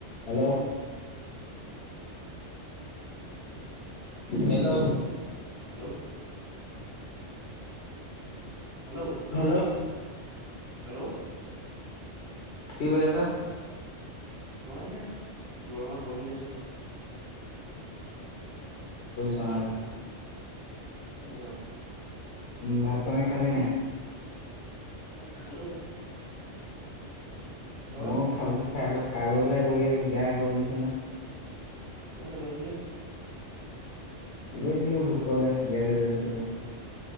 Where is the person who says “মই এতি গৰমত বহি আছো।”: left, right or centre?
Right